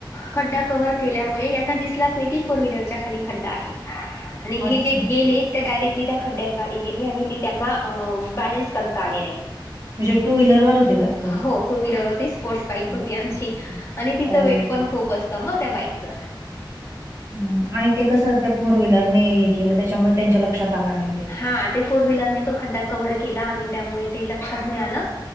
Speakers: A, on the left; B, on the right.
A: खड्डा कव्हर केल्यामुळे यांना दिसलाच नाही की फोर व्हीलरच्या खाली खड्डा आहे. आणि हे
B: अच्छा
A: जे गेलेत. डायरेक्टली त्या खड्ड्यात गाडी गेली आणि ती त्यांना बॅलेन्स करत आली नाही.
B: म्हणजे टू व्हीलर वर होते का भाऊ.
A: हो टू व्हीलर होती स्पोर्ट्स बाईक
B: अच्छा,
A: होती आमची
B: अच्छा.
A: आणि तिचं
B: ओ
A: वेट पण खूप असतं मग त्या बाईकच.
B: हम आणि ते कसं ते फोर व्हीलरने हे केलं त्याच्यामुळे त्यांच्या लक्षात आलं नाही ते.
A: हा ते फोर व्हीलरने तो खड्डा कवर्ह केला आणि त्यामुळे ते लक्षात नाही आलं.